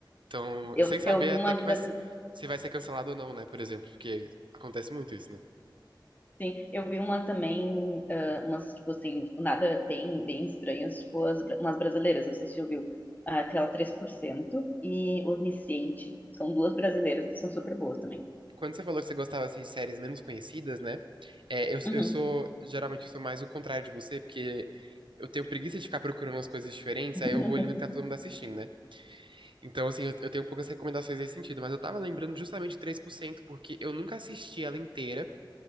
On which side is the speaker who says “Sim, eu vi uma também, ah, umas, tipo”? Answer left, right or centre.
Left